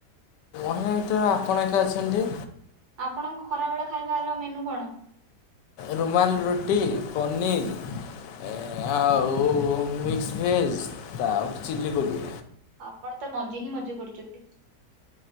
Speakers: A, on the left; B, on the right.
A: ଆ୍ ଏ ତ ଆପଣ ଏକା ଅଛନ୍ତି।
B: ଆପଣଙ୍କ ଖରା ବେଳେ ଖାଇବାର ମେନୁ କଣ।
A: ରୁମାଲ ରୁଟି ପନିର୍ ଆଉ ମିକ୍ସ ଭେଜ ତା ପରେ ଚିଲ୍ଲି କୋବି।
B: ଆପଣ ତ ମଜେ ହିଁ ମଜେ କରୁଛନ୍ତି।